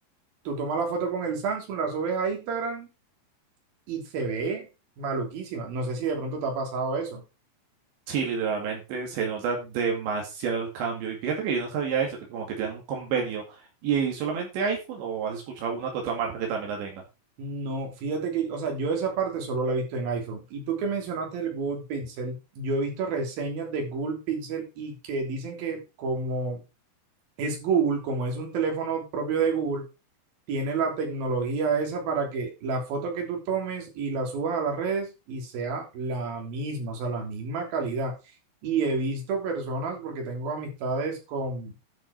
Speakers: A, on the right; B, on the right.
A: tú tomas la foto con el Samsung, la subes a Instagram y se ve maluquísima. No sé si de pronto te ha pasado eso.
B: sí, literalmente se nota demasiado el cambio. Y fíjate que yo no sabía eso, que como que tienen un convenio. ¿Y solamente iPhone o has escuchado una que otra marca que también la tenga?
A: No, fíjate que, o sea, yo esa parte solo la he visto en iPhone. Y tú que mencionaste el Google Pixel, yo he visto reseñas de Google Pixel y que dicen que como es Google, como es un teléfono propio de Google, tiene la tecnología esa para que la foto que tú tomes y la subas a las redes y sea la misma, o sea, la misma calidad. Y he visto personas, porque tengo amistades con